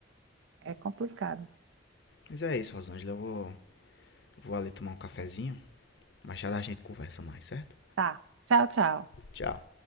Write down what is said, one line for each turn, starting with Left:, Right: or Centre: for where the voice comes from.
Right: É complicado.
Left: Mas é isso, Rosângela. Eu vou, vou ali tomar um cafezinho. Mais tarde a gente conversa mais, certo?
Right: Tá. Tchau, tchau.
Left: Tchau.